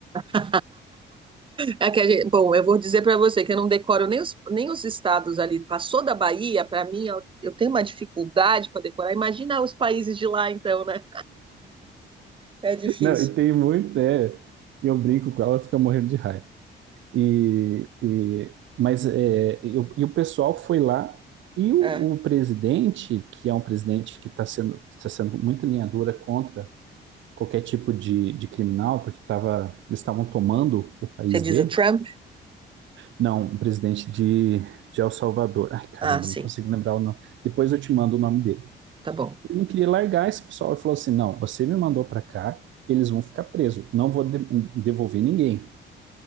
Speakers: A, on the right (about 25°); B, on the right (about 70°).
A: <laughs> É que a gente- bom, eu vou dizer para você que eu não decoro nem os, nem os estados ali. Passou da Bahia, para mim, eu, eu tenho uma dificuldade para decorar. Imagina os países de lá, então, né? É difícil.
B: Não, e tem muito, é. E eu brinco com ela, ela fica morrendo de raiva. E, e- mas é, e, o e o pessoal foi lá e o,
A: Ah,
B: o presidente, que é um presidente que está sendo, tá sendo muito linha dura contra qualquer tipo de, de criminal, porque tava, eles estavam tomando o país
A: você diz
B: dele.
A: o Trump?
B: Não, o presidente de, de El Salvador. Ai, caramba,
A: Ah, sim,
B: não consigo lembrar o nome. Depois eu te mando o nome dele.
A: tá bom.
B: Ele não queria largar esse pessoal. Ele falou assim: não, você me mandou para cá, eles vão ficar presos. Não vou de- devolver ninguém.